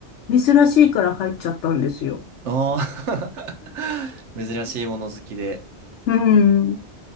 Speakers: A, on the left; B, on the right.
A: 珍しいから入っちゃったんですよ。
B: ああ <laughs> 珍しいもの好きで。
A: うん。